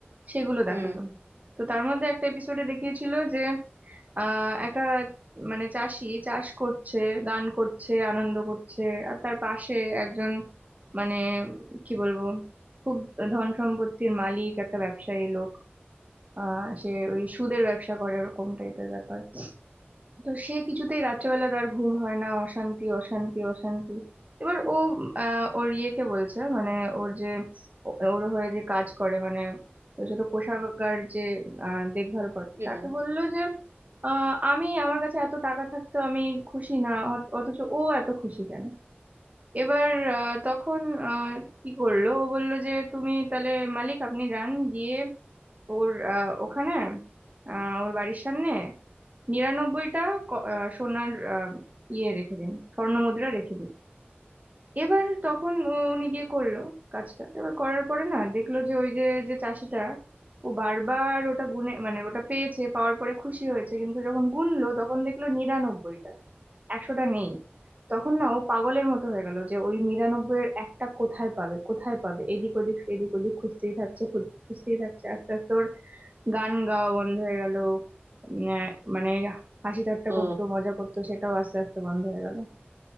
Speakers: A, on the right; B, on the right.
A: সেগুলো
B: হুম
A: দেখাতো তো তার মধ্যে একটা এপিসোডে দেখিয়েছিল যে আহ একটা মানে চাষি চাষ করছে গান করছে আনন্দ করছে আর তার পাশে একজন মানে কি বলবো খুব ধন সম্পত্তির মালিক একটা ব্যবসায়ী লোক আহ সে ওই সুদের ব্যবসা করে ওরকম টাইপের ব্যাপার তো সে কিছুতেই রাত্রেবেলা তার ঘুম হয় না অশান্তি অশান্তি অশান্তি এবার ও আহ, ওর ইয়েকে বলছে মানে ওর যে ও- ওর হয়ে যে কাজ করে মানে তো সে তো কোষাগার যে আহ, দেখভাল করে
B: হুম
A: তাকে বললো যে আহ, আমি আমার কাছে এত টাকা থাকতো আমি খুশি না অথ- অথচ ও এত খুশি কেন এবার আহ, তখন আহ, কি করলো ও বললো যে তুমি তাহলে মালিক আপনি যান গিয়ে ওর আহ, ওখানে আহ, ওর বাড়ির সামনে নিরানব্বইটা ক- আহ, সোনার আহ, ইয়ে রেখে দিন স্বর্ণ মুদ্রা রেখে দিন এবার তখন উ- উনি গিয়ে করলো কাজটা এবার করার পরে না দেখলো যে ওই যে যে চাষিটা ও বারবার ওটা গুনে মানে ওটা পেয়েছে পাওয়ার পরে খুশি হয়েছে কিন্তু যখন গুনলো তখন দেখলো নিরানব্বইটা একশোটা নেই তখন না ও পাগলের মতো হয়ে গেল যে ওই নিরানব্বইয়ের একটা কোথায় পাবে কোথায় পাবে এদিক ওদিক এদিক ওদিক খুঁজতেই থাকছে খু- খুঁজতেই থাকছে আস্তে আস্তে ওর গান গাওয়া বন্ধ হয়ে গেল উম, আহ, মানে হাসি ঠাট্টা
B: তো
A: করতো মজা করতো সেটাও আস্তে আস্তে বন্ধ হয়ে গেল